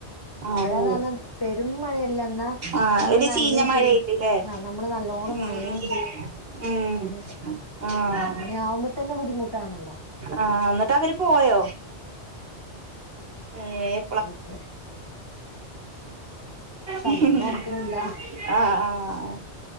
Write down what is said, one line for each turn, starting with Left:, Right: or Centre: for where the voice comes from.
Right: ആഹ്
Left: മഴന്ന്
Right: ഊ
Left: പറഞ്ഞാ പെരും മഴയല്ല എന്നാ
Right: ആഹ്
Left: നമ്മള്
Right: ഒരു
Left: നനയും
Right: ചീഞ്ഞമഴയായിട്ടില്ലേ
Left: ചെയ്യും ആഹ് നമ്മള് നല്ലോണം
Right: ഉം
Left: നനയും
Right: ഉം
Left: ചെയ്യും
Right: ഉം
Left: ഏഹ്
Right: ആഹ്
Left: അങ്ങനെ ആവുമ്പോ തന്നെ ബുദ്ധിമുട്ടാണല്ലോ
Right: ആഹ് എന്ന് ട്ടവര് പോയോ ഏഹ്
Left: എളുപ്പേ സമയൊന്നും
Right: മ്മ്ഹ്
Left: ഓർക്കണില്ല
Right: ആഹ് ആഹ്